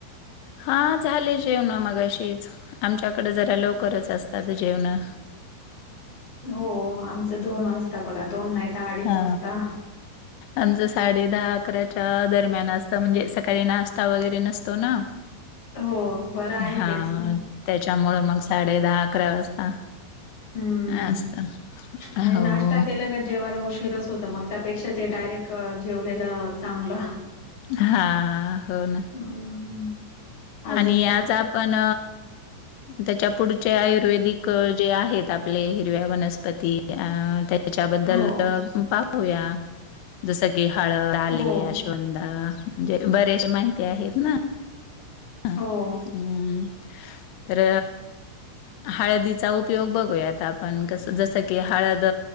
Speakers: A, on the left; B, on the left.
A: हा झाले जेवणं मगाशीच आमच्याकडे जरा लवकरच असतात जेवणं
B: हो आमचं दोन वाजता बघा दोन नाही तर अडीच
A: हा
B: वाजता
A: आमचं साडे दहा अकराच्या दरम्यान असतं म्हणजे सकाळी नाश्ता वगैरे नसतो ना
B: <inaudible> बरं आहे
A: हा
B: तेच
A: त्याच्यामुळं मग साडे दहा अकरा वाजता
B: हम्म
A: असत
B: आणि
A: हो
B: नाश्ता केला का जेवला उशीरचं होत तं मग त्यापेक्षा ते डायरेक्ट जेवलेलं चांगलं
A: हा हो ना
B: हम्म अजून
A: आणि
B: काय
A: आज आपण त्याच्या पुढचे आयुर्वेदिक जे आहेत आपले हिरव्या वनस्पती अं त्या त्याच्याबद्दल
B: हो
A: पाहूया जस की हळद, आले,
B: हो
A: अश्वंदा म्हणजे बरेच माहिती आहेत ना ह
B: हो
A: हम्म तर हळदीचा उपयोग बघूयात आपण कस जस की हळद